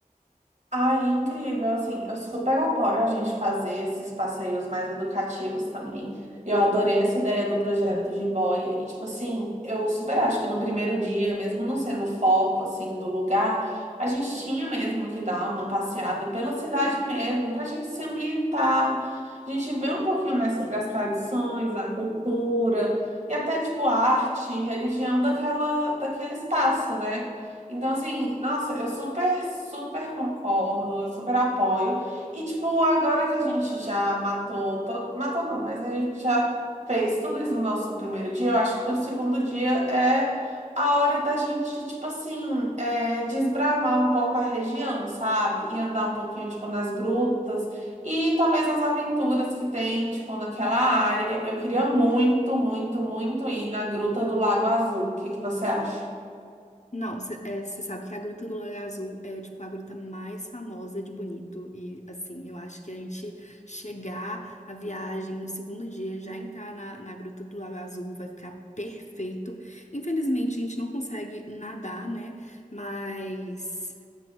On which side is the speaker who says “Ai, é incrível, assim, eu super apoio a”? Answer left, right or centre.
Right